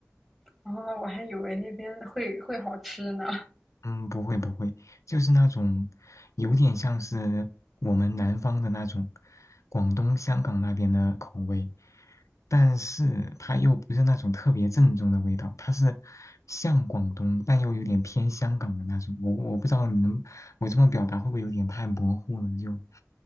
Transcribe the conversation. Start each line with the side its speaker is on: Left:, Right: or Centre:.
Centre: 然后我还以为那边会会好吃呢。
Left: 嗯，不会不会，就是那种有点像是我们南方的那种广东、香港那边的口味，但是它又不是那种特别正宗的味道，它是像广东但又有点偏香港的那种。我我不知道你能，我这么表达会不会有点太模糊了？就